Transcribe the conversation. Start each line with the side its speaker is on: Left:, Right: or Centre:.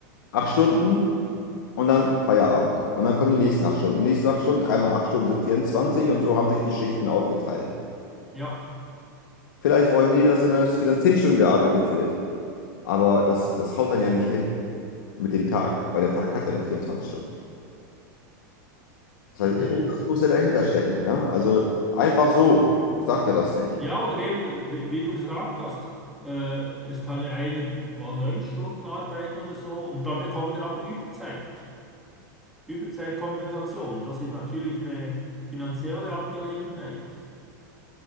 Left: Acht Stunden und dann Feierabend. Und dann kommen die nächsten acht Stunden. Nächsten acht Stunden, dreimal acht Stunden sind vierundzwanzig und so haben sich die Schichten aufgeteilt.
Centre: Ja.
Left: Vielleicht wollen die, dass in der Industrie dann zehn Stunden gearbeitet wird. Aber das, das haut dann ja nicht hin mit dem Tag, weil der Tag hat ja nur 24 Stunden. Das
Centre: Mhm.
Left: heißt, irgendwas muss ja dahinter stecken. Ne? Also einfach so sagt er das nicht.
Centre: Ja, oder eben, wie, wie du gesagt hast, äh, es kann ja einer mal neun Stunden arbeiten oder so und dann bekommt er aber Überzeit. Überzeitkompensation, das ist natürlich eine finanzielle Angelegenheit.